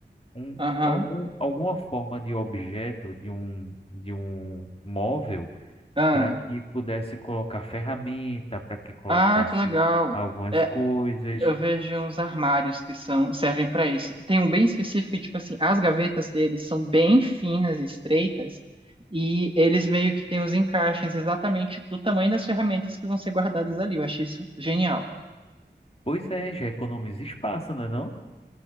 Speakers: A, on the left; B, on the right.
A: um,
B: aham,
A: algum, alguma forma de objeto, de um, de um móvel
B: ah.
A: para que pudesse colocar ferramenta, para que colocasse
B: Ah, que legal.
A: algumas
B: É,
A: coisas.
B: eu vejo uns armários que são, servem para isso. Tem um bem específico, tipo assim, as gavetas deles são bem finas e estreitas, e eles meio que têm os encaixes exatamente do tamanho das ferramentas que vão ser guardadas ali. Eu achei isso genial.
A: Pois é, já economiza espaço, não é não?